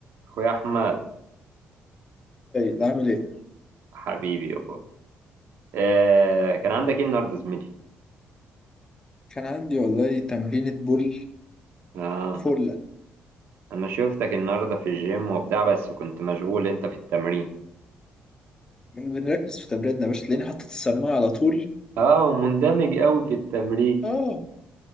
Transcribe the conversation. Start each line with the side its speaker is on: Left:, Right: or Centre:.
Right: اخويا احمد
Left: سيد عامل ايه؟
Right: حبيبي يابا آه كان عندك ايه النهارده زميلي
Left: كان عندي والله تمرينة بول
Right: اه
Left: فلة
Right: انا شفتك النهارده في الجيم وبتاع بس كنت مشغول انت في التمرين
Left: بنركز في تمريننا يا باشا تلاقيني حاطط السماعة على طول
Right: اه ومندمج قوي في التمرين
Left: اه